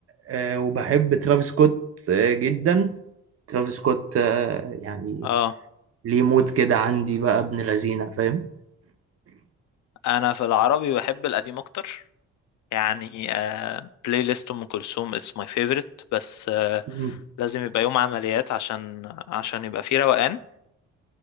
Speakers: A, on the right; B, on the left.
A: آه، وبحب ترافيس سكوت آه، جدا ترافيس سكوت آه، يعني
B: اه
A: ليه مود كده عندي بقى ابن لذينة فاهم
B: انا في العربي بحب القديم اكتر يعني آه بلاي ليست ام كلثوم اتس ماي فيفورت بس آه،
A: <laughs>
B: لازم يبقى يوم عمليات عشان عشان يبقى فيه روقان